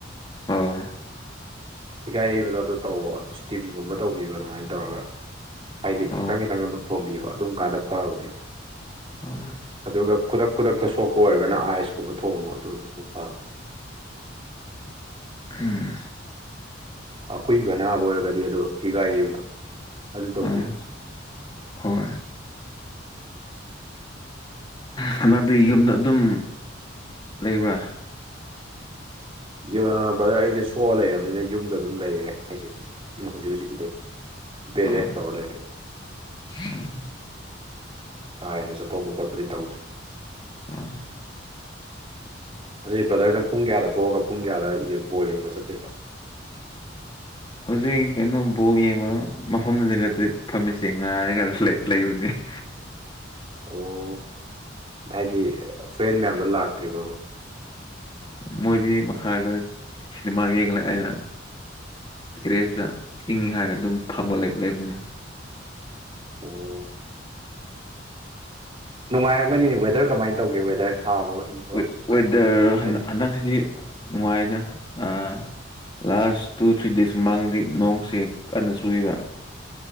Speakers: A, on the left; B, on the right.
A: ꯑꯣ
B: ꯍꯤꯒꯥꯏ ꯍꯩꯕꯗꯣ ꯑꯗꯨ ꯇꯧꯋꯣ ꯏꯁꯇꯤꯝꯒꯨꯝꯕ ꯇꯧꯕꯤꯕ ꯑꯗꯨꯃꯥꯏꯅ ꯇꯧꯔꯒ ꯍꯥꯏꯗꯤ
A: ꯑꯣ
B: ꯈꯤꯇꯪ ꯈꯤꯇꯪ ꯑꯗꯨꯝ ꯊꯣꯝꯕꯤꯕ ꯑꯗꯨꯝ ꯀꯥꯟꯗ ꯐꯕꯅꯦꯕ
A: ꯑꯣ
B: ꯑꯗꯨꯒ ꯈꯨꯗꯛ ꯈꯨꯗꯛꯇ ꯁꯣꯛꯄ ꯑꯣꯏꯔꯒꯅ ꯑꯥꯏꯁꯀꯨꯝꯕ ꯊꯣꯡꯕꯣ ꯑꯗꯨ ꯑꯗꯨꯝ ꯐꯥꯥ
A: ꯎꯝ
B: ꯑꯀꯨꯏꯕ ꯑꯅꯥꯕ ꯑꯣꯏꯔꯒꯗꯤ ꯑꯗꯨ ꯍꯤꯒꯥꯏ ꯌꯩꯕꯗꯣ ꯑꯗꯨ ꯇꯧꯕꯤꯌꯨ
A: ꯎꯝ ꯍꯣꯏ ꯍꯟꯗꯛꯇꯤ ꯌꯨꯝꯗ ꯑꯗꯨꯝ ꯂꯩꯕ꯭ꯔꯥ
B: ꯌꫭ ꯕ꯭ꯔꯗꯔ ꯑꯩꯁꯦ ꯁꯣꯛꯑ ꯂꯩꯔꯕꯅꯤꯅ ꯌꯨꯝꯗ ꯑꯗꯨꯝ ꯂꯩꯔꯦ ꯑꯩꯁꯦ ꯍꯧꯖꯤ ꯍꯧꯖꯤꯛꯀꯤꯗꯤ ꯕꯦꯔꯦꯁ
A: ꯑꯣ
B: ꯇꯧ ꯂꯩꯔ
A: <inaudible>
B: ꯀꯥ ꯍꯦꯟꯅ ꯆꯠꯊꯧꯕ ꯈꯣꯠꯄꯗꯤ ꯇꯧꯗ꯭ꯔꯤ
A: ꯑꯥ
B: ꯑꯗꯩ ꯕ꯭ꯔꯗꯔꯅ ꯄꯨꯡ ꯀꯌꯥꯗ ꯊꯣꯛꯑꯒ ꯄꯨꯡ ꯀꯌꯥꯗ ꯌꯨꯠ ꯕꯣꯜ ꯌꯦꯡꯕ ꯆꯠꯇꯣꯏꯕ
A: ꯍꯧꯖꯤꯛ ꯀꯩꯅꯣ ꯕꯣꯜ ꯌꯦꯡꯕ ꯃꯐꯝꯗꯨꯗ ꯐꯝꯃꯤꯠꯁꯦ ꯉꯥꯏꯔꯒ ꯂꯩ ꯂꯩꯕꯅꯦ <inaudible>
B: ꯑꯣ ꯍꯥꯏꯗꯤ ꯐ꯭ꯔꯦꯟ ꯃꯌꯥꯝꯗꯣ ꯂꯥꯛꯇ꯭ꯔꯤꯕꯕ
A: ꯃꯣꯏꯗꯤ ꯃꯈꯥꯗ ꯁꯤꯃꯥ ꯌꯦꯡꯂꯩ ꯑꯩꯅꯥ ꯇꯔꯦꯁꯇ ꯏꯪꯉꯤ ꯍꯥꯏꯅ ꯑꯗꯨꯝ ꯐꯪꯃꯥ ꯂꯩ ꯂꯩꯕꯅꯦ
B: ꯑꯣ ꯅꯨꯡꯉꯥꯏꯔꯝꯒꯅꯤꯅꯦ ꯋꯦꯗꯔ ꯀꯃꯥꯏ ꯇꯧꯒꯦ ꯋꯦꯗꯔ ꯁꯥꯕ꯭ꯔꯣ ꯏꯪꯕ꯭ꯔꯣ
A: ꯋꯦ
B: ꯑꯗꯨꯃꯥꯏꯅ
A: ꯋꯦꯗꯔ ꯍꯟ
B: ꯍꯥꯏꯗꯤ
A: ꯍꯟꯗꯛꯁꯤ ꯅꯨꯡꯉꯥꯏꯅ ꯑꯥ ꯂꯥꯁ ꯇꯨ ꯊ꯭ꯔꯤ ꯗꯦꯖ ꯃꯃꯥꯡꯗꯤ ꯅꯣꯡꯁꯦ ꯀꯟꯅ ꯆꯨꯏꯕ